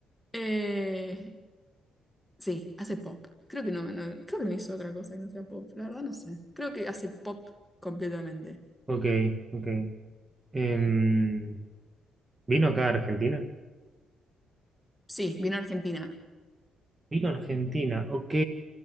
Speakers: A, in the centre; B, on the right (about 20°).
A: eh, sí, hace pop. Creo que no, no- creo que no hizo otra cosa que no sea pop, la verdad no sé. Creo que hace pop completamente.
B: Ok, ok. Em, ¿vino acá a Argentina?
A: Sí, vino a Argentina.
B: Vino a Argentina, ok.